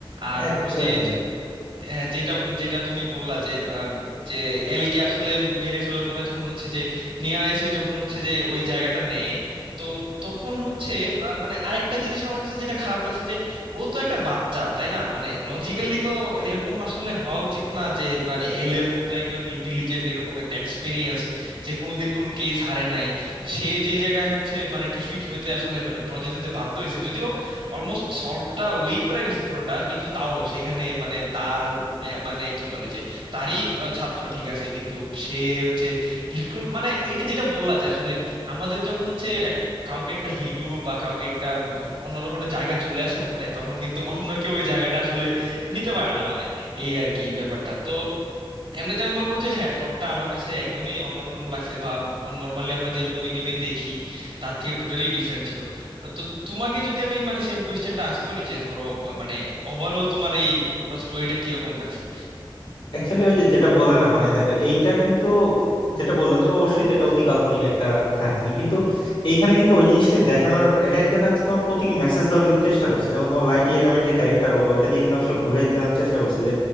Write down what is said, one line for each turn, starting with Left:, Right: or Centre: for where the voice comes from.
Right: আর
Left: অ্যাকচুয়ালি
Right: ওই যে হ্যাঁ যেটা যেটা তুমি বললা যে আহ, যে এলকে আসলে মেরে ফেলার পরে যখন হচ্ছে যে নিয়া এসে যখন হচ্ছে যে ওই জায়গাটা নেয় তো তখন হচ্ছে বা মানে আরেকটা জিনিস আমার কাছে যেটা খারাপ লাগছে যে ও তো একটা বাচ্চা তাই না মানে লজিক্যালি তো এরকম আসলে হওয়া উচিত না যে মানে এল এর মতো একজন ইন্টেলিজেন্ট এরকম একটা এক্সপিরিয়েন্স যে কোনোদিন কোনো কেস হারে নাই সে যে জায়গায় হচ্ছে মানে ডিফিট হইতে আসলে মানে পরাজিত হইতে বাধ্য হয়েছে যদিও অলমোস্ট সলভটা ওই করে গেছে পুরোটা কিন্তু তাও সেখানে মানে তার আহ, মানে কি বলে যে তারই আহ, ছাত্র ঠিক আছে কিন্তু সে হচ্ছে ডিফিট করল মানে এটা যেটা বললা যে আসলে আমাদের যখন হচ্ছে এক কাউকে একটা হিরো বা কাউকে একটা উম, অন্যরকম একটা জায়গা চলে আসে মনে তখন কিন্তু অন্য কেউ ওই জায়গাটা আসলে নিতে পারে না মানে এই আর কি ব্যাপারটা তো এমনিতে আমি বলবো যে হ্যাঁ প্লটটা আমার কাছে একদমই অন্যরকম লাগছে বা নর্মালি আমরা যেরকম এনিমে দেখি তার থেকে টোটালি ডিফারেন্ট ছিল তো তোমাকে যদি আমি মানে সেম কোয়েশ্চেনটা আস্ক করি যে ধরো বা মানে ওভারঅল তোমার এই পুরো স্টোরিটা কিরকম লাগছে
Left: অ্যাকচুয়ালি ওই যে যেটা বললে না মানে দেখো এইটা কিন্তু যেটা বললাম যে অবশ্যই তো এটা অতি কাল্পনিক একটা কাহিনী কিন্তু এইখানে কিন্তু ওই জিনিসটা দেখানোর এটা কিন্তু এটা হচ্ছে তোমার প্রতীকী মেসেজ দেওয়ার কিন্তু চেষ্টা করছে যেমন তোমার লাইট ইয়াগামের যে ক্যারেক্টার বলো ওইটা দিয়ে কিন্তু আসলে বুঝাই দেওয়ার চেষ্টা করছে যে